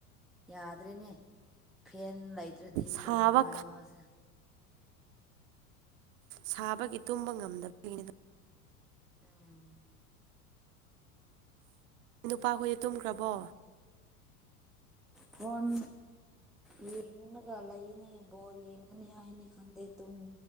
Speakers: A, in the centre; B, on the right.
A: ꯌꯥꯗ꯭ꯔꯦꯅꯦ ꯐꯦꯟ ꯂꯩ ꯇ꯭ꯔꯗꯤ
B: ꯁꯥꯕ
A: ꯇꯨꯝꯂꯔꯣꯏ ꯃꯥꯁꯦ
B: ꯁꯥꯕꯒꯤ ꯇꯨꯝꯕ ꯉꯝꯗꯕꯒꯤꯅꯤ
A: <unintelligible>
B: ꯅꯨꯄꯥꯈꯣꯏꯗꯤ ꯇꯨꯝꯈ꯭ꯔꯕꯣ
A: ꯐꯣꯟ ꯌꯦꯡꯉꯒ ꯂꯩꯅꯦ ꯕꯣꯜ ꯌꯦꯡꯒꯅꯤ ꯍꯥꯏꯅꯦ ꯈꯪꯗꯦ ꯇꯨꯝ